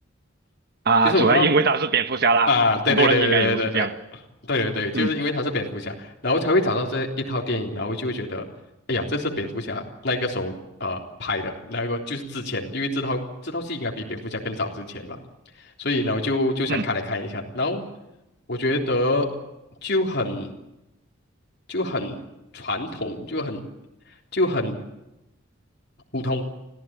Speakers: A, on the right; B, on the left.
A: 啊，
B: 就是我看到
A: 主要因为他是蝙蝠侠啦，
B: 啊，对对对对对对
A: 很多人应该也都是这样，
B: 对对对，就是因为他是蝙蝠侠，
A: 嗯
B: 然后才会找到这一套电影，然后就会觉得，哎呀，这是蝙蝠侠那个时候呃拍的，那个就是之前，因为这套这套戏应该比蝙蝠侠更早之前吧，所以呢我就就想开来看一下，
A: 嗯
B: 然后我觉得就很就很传统，就很就很。普通，